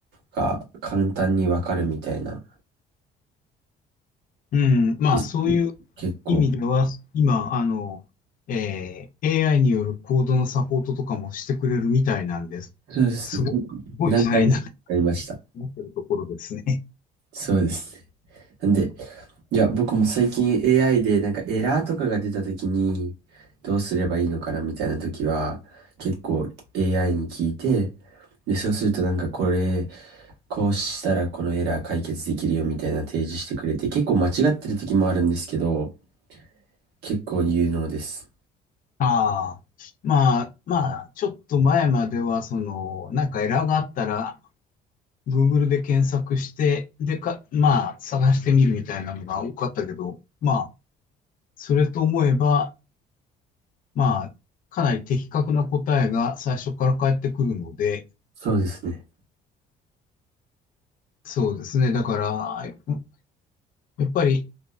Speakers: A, on the right; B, on the left.
A: が簡単にわかるみたいな
B: うん、まあ、
A: です。
B: そういう
A: 結構。
B: 意味では、今、あの、えー AI によるコードのサポートとかもしてくれるみたいなんです。
A: そうですね。
B: すごい、すごい時代になって
A: 何回かやりました。
B: ってるところですね。
A: そうですね。なんで、いや、僕も最近 AI でなんかエラーとかが出た時に、どうすればいいのかなみたいな時は、結構 AI に聞いて、で、そうするとなんかこれ、こうしたらこのエラー解決できるよみたいな提示してくれて、結構間違ってる時もあるんですけど、結構有能です。
B: <laughs> ああ。まあ、まあ、ちょっと前までは、その、なんかエラーがあったら、Google で検索して、でか、まあ、探してみるみたいなのが多かったけど、まあ、それと思えば、まあ、かなり的確な答えが最初から返ってくるので、
A: そうですね。
B: そうですね。だから、うやっぱり